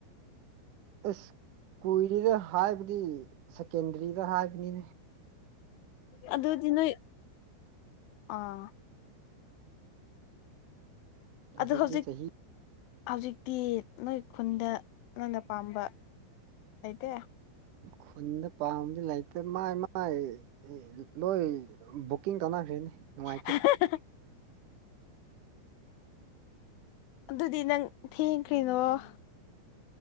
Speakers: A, on the right (about 60°); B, on the left (about 80°).
A: ꯑꯁ ꯀꯨꯏꯔ°ꯗ ꯍꯥꯏꯕꯗꯤ ꯁꯀꯦꯟꯗꯔꯤꯗ ꯍꯥꯥ ꯀꯅꯤꯅꯦ
B: ꯑꯗꯨꯗꯤ ꯅꫭꯎ ꯑꯥ
A: ꯍꯧꯖꯤꯛꯇꯤ
B: ꯑꯗꫭ ꯍꯧꯖꯤꯛ
A: ꯆꯍꯤ
B: ꯍꯧꯖꯤꯛꯇꯤ ꯅꯣꯏ ꯈꯨꯟꯗ ꯅꯪꯅ ꯄꯥꯝꯕ ꯂꯩꯇꯦ
A: ꯈꯨꯟꯗ ꯄꯥꯝꯕꯗꯤ ꯂꯩꯥꯏꯇ ꯃꯥꯏ ꯃꯥꯏ ꯑꯦ ꯂꫭꯏ ꯕꯨꯛꯀꯤꯡ ꯇꯧꯅꯈ꯭ꯔꯦꯅꯦ ꯅꯨꯡꯉꯥꯏꯇꯦ
B: <inaudible> ꯑꯗꯨꯗꯤ ꯅꯪ ꯊꯤꯈ꯭ꯔꯤꯔꫭ